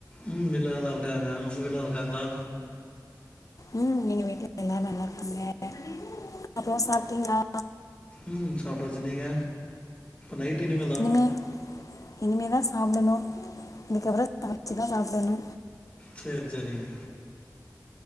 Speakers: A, on the left; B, on the left.
A: ம் எல்லாரு நல்லா இருக்காங்க உங்க வீட்ல நல்லா இருக்காங்களா
B: ம் எங்க வீட்ல எல்லாரு நல்லாருக்காங்கா அப்றோ சாப்ட்டீங்களா
A: ம் சாப்டாச்சு நீங்க நைட்டு இனிமேதா
B: இனிமே இனிமே தா சாப்டணு இதுக்கப்றோ சமைச்சுதா சாப்டணு
A: சேரி சேரிங்க